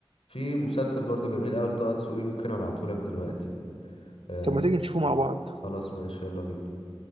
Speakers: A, on the left (about 80°); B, on the right (about 75°).
A: في مسلسل برضو جميل قوي لطه دسوقي ممكن ابعته لك دلوقتي آه
B: طب ما تيجي نشوفه مع بعض
A: خلاص ماشي يلا بينا